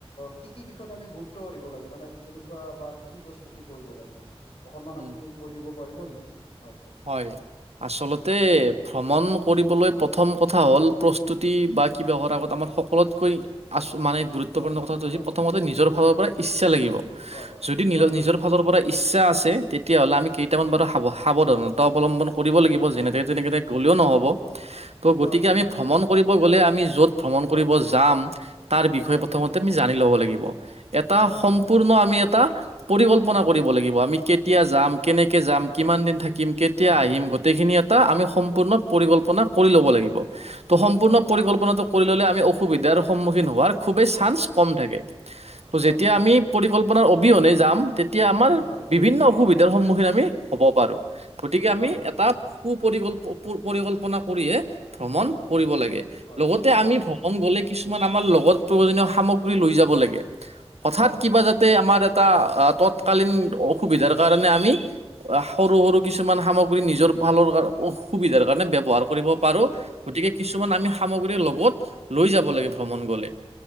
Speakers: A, on the left (about 65°); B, on the right (about 85°).
A: কি, কি বিষয়ত আমি গুৰুত গুৰুত্ব দিব লাগে মানে, কেনেকুৱা বা কি প্ৰস্তুতি কৰিব লাগে। অকনমান
B: উম
A: আপুনি কৈ দিব পাৰিব নেকি? হয়।
B: হয়, আচলতে
A: হয়,
B: ভ্ৰমণ কৰিবলৈ প্ৰথম কথা হ'ল, প্ৰস্তুতি বা কিবা হোৱাৰ আগত আমাৰ সকলোতকৈ। আচ মানে গুৰুত্বপূৰ্ণ
A: হয়,
B: কথাটো হৈছে,
A: হয়,
B: প্ৰথমতে নিজৰ ফালৰ পৰা ইচ্ছা লাগিব।
A: হয়,
B: যদি
A: হয়,
B: নিজৰ,
A: হয়,
B: নিজৰ,
A: হয়,
B: ফালৰ পৰা। ইচ্ছা আছে, তেতিয়া হ'লে আমি কেইটামান পৰা, সাৱ-সাৱধানতা অৱলম্বন কৰিব লাগিব।
A: হয়,
B: যেনেতে তেনেকেনে
A: হয়।
B: গ'লেও নহ'ব।
A: হয়
B: ত'
A: হয়
B: গতিকে
A: হয়
B: আমি
A: হয়
B: ভ্ৰমণ কৰিব গ'লে আমি য'ত ভ্ৰমণ
A: হয়
B: কৰিব যাম, তাৰ বিষয়
A: হয়
B: প্ৰথমতে আমি জানি ল'ব লাগিব। এটা
A: হয়
B: সম্পূৰ্ণ
A: হয় হয়
B: আমি এটা পৰিকল্পনা কৰিব লাগিব। আমি কেতিয়া যাম, কেনেকে যাম, কিমান
A: হয় হয়
B: দিন থাকিম, কেতিয়া
A: হয়
B: আহিম
A: হয়
B: গোটেইখিনি এটা আমি সম্পূৰ্ণ পৰিকল্প কল্পন্না কৰি ল'ব লাগিব। ত', সম্পূৰ্ণ
A: হয় হয় হয়
B: পৰিকল্পনাতো কৰি ললে আমি অসুবিধাৰ সন্মুখীন হোৱাৰ খুবেই
A: হয়
B: চান্স কম থাকে। ত', যেতিয়া
A: হয় হয় হয়
B: আমি পৰিকল্পনাৰ অবিহনে যাম। তেত তেতিয়া আমাৰ
A: হয়
B: বিভিন্ন অসুবিধাৰ সন্মুখীন আমি হ'ব পাৰো। গতিকে
A: হয়
B: আমি
A: হয় হয়
B: এটা সুপৰিকল্প-প-পৰিকল্পনা কৰিহে ভ্ৰমণ
A: হয় হয়
B: কৰিব লাগে।
A: হয় হয়
B: লগতে
A: হয় হয় হয়
B: আমি
A: হয় হয়
B: ভ্ৰমণ গ'লে, কিছুমান আমাৰ লগত প্ৰয়োজনীয় সামগ্ৰী লৈ যাব লাগে। হঠাৎ
A: হয় হয় হয় হয় হয়
B: কিবা
A: হয় হয় হয়
B: যাতে আমাৰ এটা আ তৎকালীন ঊ সুবিধাৰ কাৰণে আমি, আহ সৰু সৰু কিছুমান সামগ্ৰী নিজৰ ভালৰ কাৰ অসুবিধাৰ কাৰণে ব্যৱহাৰ কৰিব পাৰো। গতিকে কিছুমান আমি সামগ্ৰীৰ লগত লৈ যাব
A: হয়
B: লাগে ভ্ৰমণ গলে।